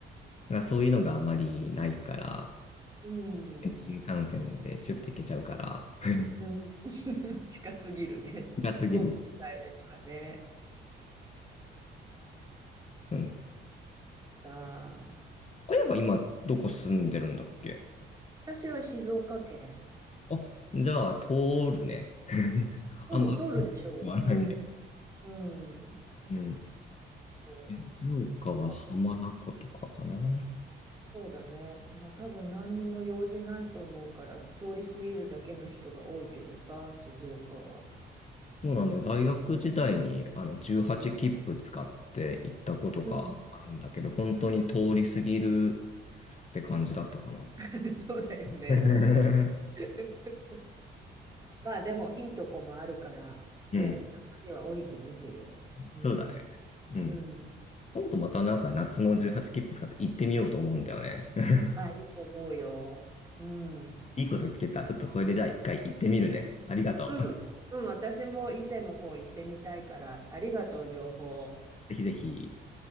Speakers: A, on the left (about 35°); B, on the right (about 20°).
A: なんかそういうのがあまりないから、
B: うんうん。
A: 新幹線でシュッと行けちゃうから、<laughs>
B: うん。<laughs> 近すぎるね。
A: 近すぎる。
B: <laughs> 飛行機で帰るにはね。
A: うん。
B: が、
A: 親が今どこ住んでるんだっけ
B: 私は静岡県。
A: あ、じゃあ通るね。<laughs>
B: うん、
A: あんまり変らないね。
B: 通るでしょう。うん。うん。
A: うん。
B: そ
A: 静岡は浜名湖とかかな。
B: う。あそうだね。まあ多分何にも用事ないと思うから、通り過ぎるだけの人が多いけどさ、静岡は。
A: そうなんだよ。大学時代にあの18切符使って行ったことがあるんだけど、
B: うん。
A: 本当に通り過ぎるって感じだったかな。
B: <laughs> そうだよね。
A: <laughs>
B: <laughs> まあでもいいとこもあるから、
A: うん。
B: ね、たまには降りてみてよ。うん。
A: そうだね。うん。
B: うん。
A: 今度またなんか夏の18切符使って行ってみようと思うんだよね。<laughs>
B: あ、いいと思うよ。うん。
A: いいこと聞けた。ちょっとこれでじゃあ一回行ってみるね。ありがとう。
B: うん、うん、私も伊勢の方行ってみたいから、ありがとう、情報。
A: ぜひぜひ。